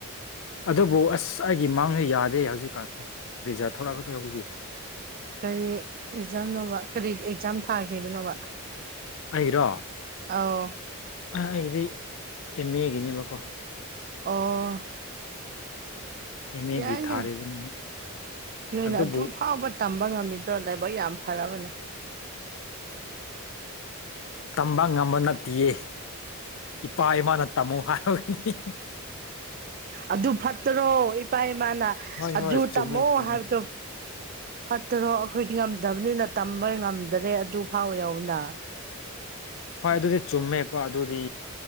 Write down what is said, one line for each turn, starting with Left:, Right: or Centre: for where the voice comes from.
Left: ꯑꯗꯨꯕꯨ ꯑꯁ ꯑꯩꯒꯤ ꯃꯥꯡꯗ ꯌꯥꯗꯦ ꯍꯧꯖꯤꯛꯀꯥꯟꯁꯦ ꯔꯤꯖꯥꯠ ꯊꯣꯛꯂꯛꯀꯗꯧꯕꯒꯤ
Right: ꯀꯔꯤ ꯔꯤꯖꯜꯅꯣꯕ ꯀꯔꯤ ꯑꯦꯛꯖꯥꯝ ꯊꯥꯈꯤꯕꯅꯣꯕ
Left: ꯑꯩꯒꯤꯔꯣ
Right: ꯑꯧ
Left: ꯑꯩꯒꯤꯗꯤ ꯑꯦꯝ ꯑꯦꯒꯤꯅꯦꯕꯀꯣ
Right: ꯑꯣ
Left: ꯑꯦꯝ ꯑꯦꯒꯤ
Right: ꯌꯥꯏꯅꯦ
Left: ꯊꯥꯔꯤꯕꯅꯤ
Right: ꯅꯣꯏꯅ
Left: ꯑꯗꯨꯕꯨ
Right: ꯑꯗꯨꯨ ꯐꯥꯎꯕ ꯇꯝꯕ ꯉꯝꯃꯤꯗꯣ ꯂꯥꯏꯕꯛ ꯌꯥꯝ ꯐꯔꯕꯅꯦ
Left: ꯇꯝꯕ ꯉꯝꯕ ꯅꯠꯇꯤꯌꯦ ꯏꯄꯥ ꯏꯃꯥꯅ ꯇꯝꯃꯨ ꯍꯥꯏꯕꯒꯤꯅꯤ
Right: ꯑꯗꯨ ꯐꯠꯇ꯭ꯔꯣ ꯏꯄꯥ ꯏꯃꯥꯅ
Left: ꯍꯣꯏ
Right: ꯑꯗꯨ
Left: ꯍꯣꯏ ꯆꯨꯝꯃꯦ
Right: ꯇꯃꯣ
Left: ꯆꯨꯝꯃꯦ
Right: ꯍꯥꯏꯕꯗꯨ ꯐꯠꯇꯔꯣ ꯑꯩꯈꯣꯏꯗꯤ ꯉꯝꯗꯕꯅꯤꯅ ꯇꯝꯕ ꯉꯝꯗꯔꯦ ꯑꯗꯨ ꯐꯥꯎ ꯌꯥꯎꯕꯅ
Left: ꯍꯣꯏ ꯑꯗꯨꯗꯤ ꯆꯨꯝꯃꯦꯀꯣ ꯑꯗꯨꯗꯤ